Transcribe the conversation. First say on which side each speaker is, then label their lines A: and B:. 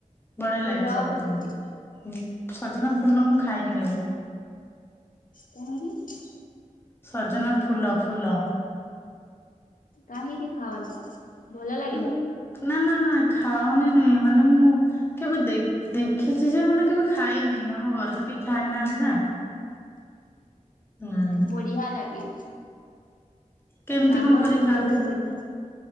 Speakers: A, on the left; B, on the left.
A: ବଢିଆ
B: ଫୁଲ
A: ଲାଗେ ସବୁ
B: ବି
A: ହଁ।
B: ବହୁ
A: ସଜନା ଫୁଲ ମୁଁ ଖାଇନି କେବେ।
B: କଣ ହେଇଛି?
A: ସଜନ ଫୁଲ-ଫୁଲ।
B: କାହିଁକି ଖାଅନି ଭଲ ଲାଗନି?
A: ନା ନା ନା ଖାଉନି ନୁହେଁ ମାନେ ମୁଁ କେବେ ଦେଖିଛି ଯେ ମାନେ କେବେ ଖାଇନି ଆମ ଘର ତ କେଇ ଖାଇନାହାନ୍ତି ନା। ହୁଁ।
B: ବଢିଆ ଲାଗେ।
A: କେମିତି
B: ଶାଗଠୁ
A: କଣ କରିକି ଖାଆନ୍ତି?
B: ବି ବଢିଆ